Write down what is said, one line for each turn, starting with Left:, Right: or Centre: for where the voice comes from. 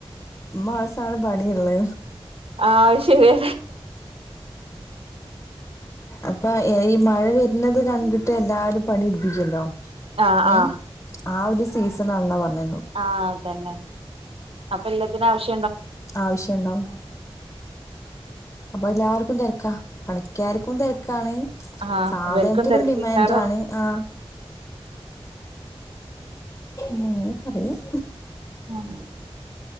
Left: മാസമാണ് പണിയള്ളത്
Right: ആഹ് ശരിയ
Left: അപ്പൊ ഈ മഴ വരുന്നത് കണ്ടിട്ട് എല്ലാരും പണി പിടിപ്പിക്കല്ലോ
Right: ആഹ്
Left: ഉം
Right: ആഹ്
Left: ആ ഒരു സീസൺാന്നാ പറഞ്ഞ
Right: ആഹ അതന്നെ അപ്പൊ എല്ലാത്തിന ആവശ്യ
Left: ആവശ്യുണ്ടാവ അപ്പൊ എല്ലാർക്കും തിരക്കാ പണിക്കാർക്കും തിരക്കാണ്
Right: ആഹ്
Left: സാധനത്തിനും
Right: ഇവർക്കും തിരക്കേക്കാരം
Left: ഡിമാൻഡ ആാണ് ആ മയാണ് പറാരുക
Right: ആഹ